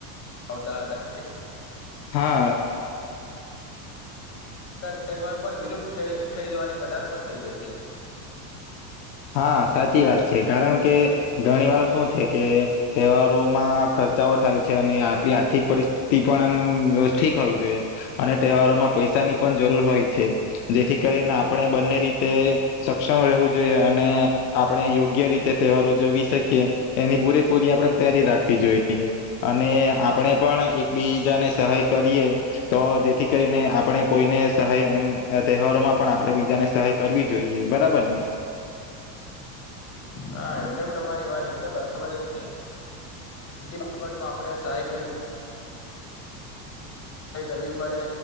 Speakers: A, on the left; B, on the left.
A: આવટા <inaudible> <inaudible> પણ
B: હા
A: <inaudible> તહેવાર પણ વિલુપ્ત થઈ જવાની કદાર પર થઈ જશે
B: હા સાચી વાત છે કારણ કે ઘણી વાર શું છે કે તહેવારોમાં ખર્ચાઓ થાય છે અને આપણી આર્થિક પરિસ્થિતિ પણ એમ ઠીક હોવી જોઈએ અને તહેવારોમાં પૈસાની પણ જરૂર હોય છે જેથી કરીને આપણે બંને રીતે સક્ષમ રહેવું જોઈએ ને આપણે યોગ્ય રીતે તહેવાર ઉજવી શકીએ એની પૂરેપૂરી આપણે તૈારી રાખવી જોઈએ અને આપણે પણ એકબીજાને સહાય કરીએ તો જેથી કરીને આપણે કોઈને સહાય એ તહેવારોમાં પણ આપણે બીજાને સહાય કરવી જોઈએ બરાબરને
A: હા એકદમ તમારી વાત એકદમ બરાબર આપ સહવીહાય કરવી પડે